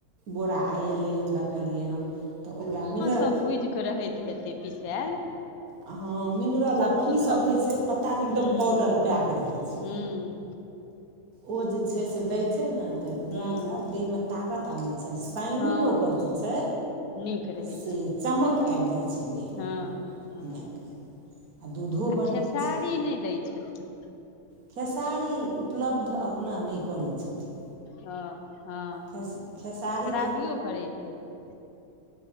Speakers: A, on the right; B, on the left.
A: बोरा आइ एलै हन देखलियै हन तऽ ओकरा मिनरल।
B: सभ भुइजके रहैत हेतै पिसायल।
A: हँ, मिनरल
B: चनो
A: आब की
B: सब
A: सभ रहै छै पता नहि एकदम
B: हूँ
A: पाउडर पैक रहै छै।
B: हूँ
A: ओ जे छै, से दै छै ने। तऽ
B: हूँ
A: गाएके देहमे तागत आनै छै, साइनिंग
B: हँ
A: ओकर जे छै।
B: नीक रहै
A: सँ
B: छै
A: चमक आबि जाइ छै देहमे
B: हँ हँ
A: गाएके आ दूधो
B: आ
A: बढ़ै
B: खेसारी
A: छै
B: नहि दै छथिन?
A: खेसारी उपलब्ध अपना नहि करैत छथिन।
B: हँ, हँ
A: खेस खेसारी
B: खराबियो करैत हेतै